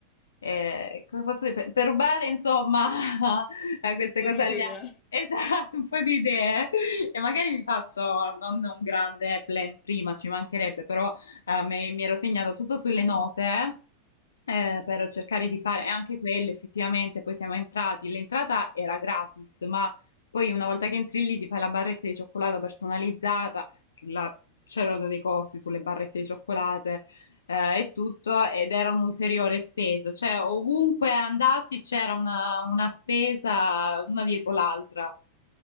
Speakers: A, on the left; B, on the left.
A: eh, come posso dire, per, per rubare insomma <laughs> a queste
B: po'
A: cose
B: di
A: agli
B: idea.
A: altri. Esatto, un po' di idee e magari mi faccio non un grande plan prima, ci mancherebbe, però eh, me- mi ero segnata tutto sulle note eh, per cercare di fare e anche quelle effettivamente. Poi siamo entrati. L'entrata era gratis, ma poi una volta che entri lì ti fai la barretta di cioccolato personalizzata. che la- C'erano dei costi sulle barrette di cioccolate eh, e tutto, ed era un'ulteriore spesa. Cioè, ovunque andassi c'era una, una spesa una dietro l'altra.